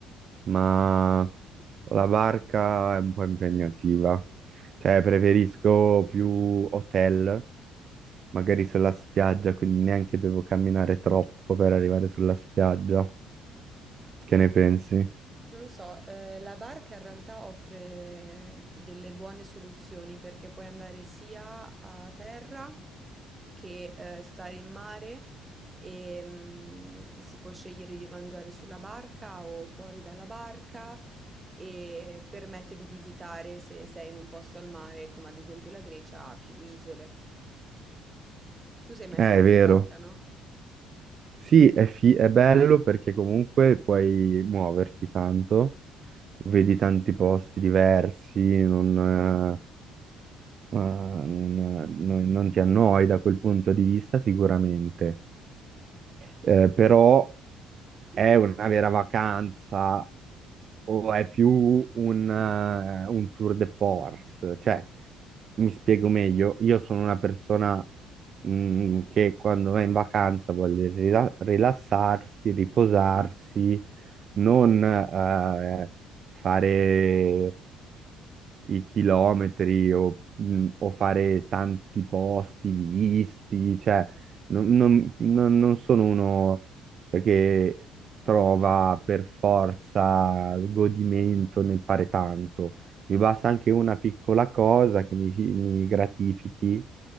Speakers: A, on the right; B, on the right.
A: ma la barca è un po' impegnativa. Cioè, preferisco più hotel, magari sulla spiaggia, quindi neanche devo camminare troppo per arrivare sulla spiaggia. Che ne pensi?
B: Non so, eh, la barca in realtà offre delle buone soluzioni perché puoi andare sia a terra che eh, stare in mare e mm, si può scegliere di mangiare sulla barca o fuori dalla barca e permette di visitare se sei in un posto al mare, come ad esempio la Grecia, più isole. Tu sei mai
A: Eh,
B: stato
A: è vero.
B: in barca, no?
A: Sì, è, fi- è bello perché comunque puoi muoverti tanto, vedi tanti posti diversi, non, eh, Ah, non, non- non ti annoi da quel punto di vista sicuramente, Eh, però è una vera vacanza o è più un, eh, un tour de force, cioè mi spiego meglio, io sono una persona mm, che quando va in vacanza vuole rila- rilassarsi, riposarsi, non eh, fare i chilometri o, mh, o fare tanti posti visti, cioè non, non- non- non sono uno cioè, che trova per forza il godimento nel fare tanto. Mi basta anche una piccola cosa che mi, mi gratifichi